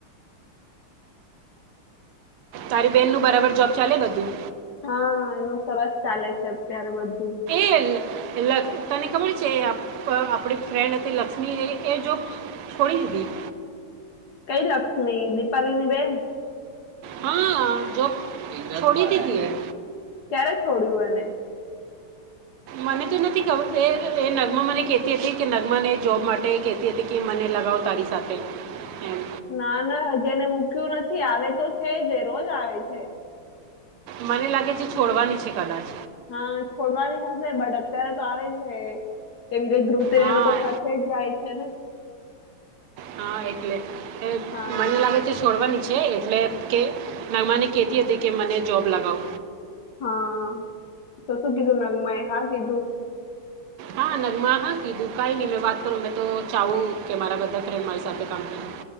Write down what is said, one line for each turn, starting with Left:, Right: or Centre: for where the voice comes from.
Right: તારી બેનનું બરાબર જોબ ચાલે બધું?
Left: હા એનું સરસ ચાલે છે અત્યારે બધું.
Right: એલ એલા તને ખબર છે આપણી ફ્રેન્ડ હતી લક્ષ્મી એ એ જોબ છોડી દીધી.
Left: કઈ લક્ષ્મી દીપાલીની બેન?
Right: હા જોબ છોડી દીધી હે.
Left: ક્યારે છોડ્યું એને?
Right: મને તો નથી ખબર એ એ નગમા મને કેતી હતી કે નગમાને જોબ માટે કેત તી હતી કે મને લગાવ તારી સાથે એમ.
Left: ના ના હજી એને મૂક્યું નથી આવે તો છે જ એ રોજ આવે છે.
Right: મને લાગે છે છોડવાની છે કદાચ.
Left: હા છોડવાની હશે બટ અત્યારે તો આવે છે. કેમ કે ધ્રુત તીને
Right: હા
Left: એ લોકો સાથે જ જાય છે ને.
Right: હા એટલે એ
Left: હા
Right: મને લાગે છે છોડવાની છે એટલે કે નગમાને કહેતી હતી કે મને જોબ લગાવ.
Left: હા તો શું કીધું નગમાંએ હા કીધું?
Right: હા નગમા હા કીધું કાઈ નઈ મે વાત કરું મેં તો ચાવું કે મારા બધા ફ્રેન્ડ મારી સાથે કામ કરે.